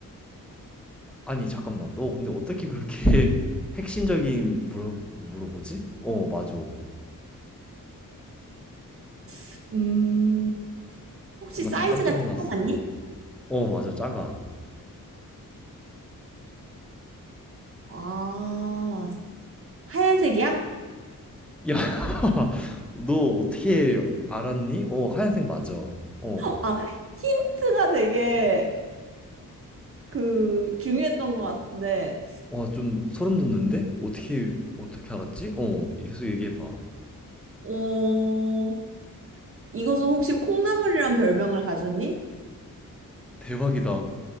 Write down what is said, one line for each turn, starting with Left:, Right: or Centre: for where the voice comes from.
Centre: 아니 잠깐만 너 근데 어떻게 그렇게 <laughs> 핵심적인 물어 물어보지? 어 맞아.
Right: <laughs> 음, 혹시
Centre: 나
Right: 사이즈가
Centre: 지금 깜짝 놀랐어.
Right: 조그맣니?
Centre: 어 맞아 작아.
Right: 아, 하얀색이야?
Centre: 야, <laughs> 너 어떻게 알았니? 어 하얀색 맞아. 어.
Right: 아, 힌트가 되게 그 중요했던 것 같은데,
Centre: 와 좀 소름 돋는데? 어떻게 어떻게 알았지? 어 계속 얘기해봐.
Right: 어, 이것은 혹시 콩나물이란 별명을 가졌니?
Centre: 대박이다. 어